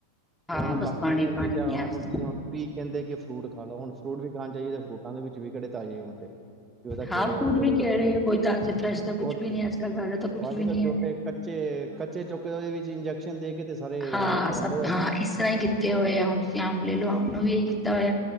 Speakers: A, in the centre; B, on the right (about 20°).
A: ਹਾਂ
B: ਤੇ ਹੁਣ
A: ਬਸ
B: ਬਾਕੀ
A: ਪਾਣੀ
B: ਦੀਆਂ
A: ਪਾਣੀ
B: ਚੀਜ਼ਾਂ
A: ਨੀ ਹੈ ਉਸ
B: ਹੁਣ
A: ਤੋਂ ਬਾਅਦ।
B: ਤੁਸੀਂ ਕਹਿੰਦੇ ਕਿ ਫਰੂਟ ਖਾ ਲਓ ਹੁਣ ਫਰੂਟ ਵੀ ਖਾਣ ਜਾਈਏ ਤੇ ਫਰੂਟਾਂ ਦੇ ਵਿੱਚ ਵੀ ਕਿਹੜੇ ਤਾਜ਼ੇ ਹੁੰਦੇ ਕਿ ਉਹਦਾ
A: ਹਾਂ
B: ਕਿਹੜੇ
A: ਫਰੂਟ
B: ਏ ਕਿਹੜੇ
A: ਵੀ
B: ਨਹੀਂ ਏ
A: ਕੋਈ ਤਾਜ਼ੇ ਫਰੈਸ਼ ਦਾ ਕੁਛ
B: ਹੋਰ ਕਿ
A: ਵੀ ਨਹੀਂ ਅੱਜ ਕੱਲ੍ਹ ਤਾਜ਼ਾ ਤਾਂ ਕੁਛ
B: ਉਹ ਅੱਜ
A: ਵੀ ਨਹੀਂ
B: ਕੱਲ ਛੋਟੇ
A: ਹੈ
B: ਕੱਚੇ ਤੇ ਕੱਚੇ ਚੁੱਕ ਉਹਦੇ ਵਿੱਚ ਇੰਨਜੈਕਸ਼ਨ ਦੇ ਕੇ ਤੇ ਸਾਰੇ
A: ਹਾਂ
B: ਕਰਨ
A: ਸਭ
B: ਦੇ ਐ
A: ਹਾਂ ਇਸ ਤਰ੍ਹਾਂ ਹੀ ਕੀਤੇ ਹੋਏ ਆ ਹੁਣ ਤੁਸੀਂ ਅੰਬ ਲਓ ਅੰਬ ਨੂੰ ਵੀ ਇਹੀ ਕੀਤਾ ਹੋਇਆ